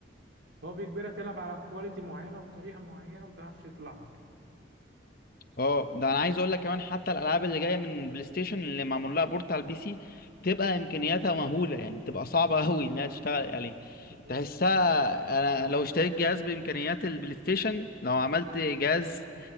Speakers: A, on the right (about 60°); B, on the left (about 45°).
A: هو بيجبرك تلعب على كواليتي معينه وطريقه معينه وما تعرفش تطلع عن كده
B: اه ده انا عايز اقول لك كمان حتى الالعاب اللي جايه من بلاي ستيشن اللي معمول لها بورت على البي سي بتبقى امكانياتها مهوله يعني بتبقى صعبه <laughs> قوي انها تشتغل عليه
A: بالظبط
B: تحسها انا لو اشتريت جهاز بامكانيات البلاي ستيشن لو عملت جهاز